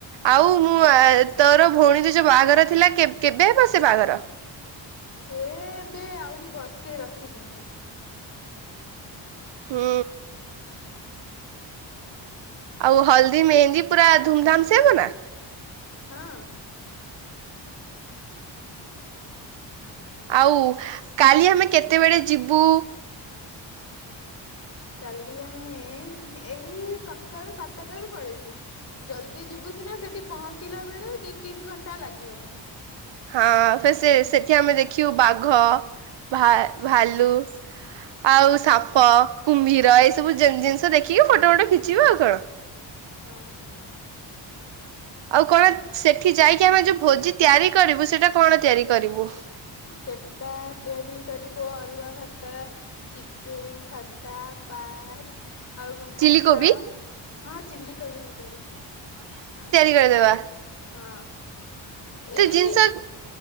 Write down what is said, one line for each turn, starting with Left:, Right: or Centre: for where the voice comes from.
Right: ଆଉ ମୁଁ ତୋର ଭଉଣୀ ତ ଯୋଉ ବାହାଘର ଥିଲା କେବେ ହେବ ସେ ବାହାଘର।
Left: ସେ ଏବେ ଆହୁରି ବର୍ଷେ ରଖିଛନ୍ତି।
Right: ହୁଁ। ଆଉ ହଳଦୀ ମେହେନ୍ଦୀ ପୁରା ଧୁମ୍ ଧାମ୍ ସେ ହବ ନା?
Left: ହଁ। <inaudible>
Right: ଆଉ କାଲି ଆମେ କେତେବେଳେ ଯିବୁ?
Left: କାଲି ଆମେ ଏଇ ସକାଳୁ ସାତଟାରୁ ପଳେଇବୁ। ଜଲ୍ଦି ଯିବୁ ସିନା ସେଠି ପହଞ୍ଚିଲା ବେଳୁ ଦି ତିନି ଘଣ୍ଟା ଲାଗିବ।
Right: ହଁ ଫେର ସେ ସେ ସେଠି ଆମେ ଦେଖିବୁ। ବାଘ, ଭା ଭାଲୁ। ଆଉ ସାପ, କୁମ୍ଭୀର ଏଇ ସବୁ ଜିନି ଜିନିଷ ଦେଖିକି ଫଟୋ ଫଟ ଖିଚିବ ଆଉ କଣ।
Left: ହଁ।
Right: ଆଉ କଣ ସେଠି ଯାଇକି ଆମେ ଯୋଉ ଭୋଜି ତିଆରି କରିବୁ। ସେଇଟା କଣ ତିଆରି କରିବୁ?
Left: ସେଟା ତିଆରି କରିବ। ଅରୁଆ ଭାତ ଚିକେନ, ଖଟା, ପାସ୍। ଆଉ କଣ ଘାଣ୍ଟ।
Right: ଚିଲି କୋବି
Left: ହଁ ଚିଲି କୋବି ବି କରିବି। ଆଉ
Right: ଦେଇଦବା।
Left: ହଁ ଏଇ
Right: ଜିନିଷ